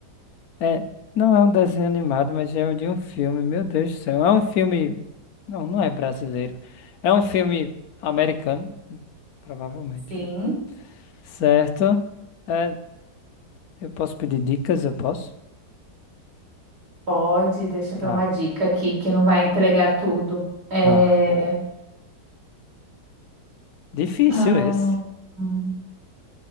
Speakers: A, on the left (about 65°); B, on the right (about 60°).
A: é, não é um desenho animado, mas é de um filme. Meu Deus do céu. É um filme. Não, não é brasileiro. É um filme americano, provavelmente,
B: Sim.
A: né? Certo. É, Eu posso pedir dicas? Eu posso?
B: Pode, deixa eu
A: Tá,
B: ver uma dica aqui que não vai entregar tudo. É,
A: tá. Difícil
B: ah,
A: esse.
B: hum.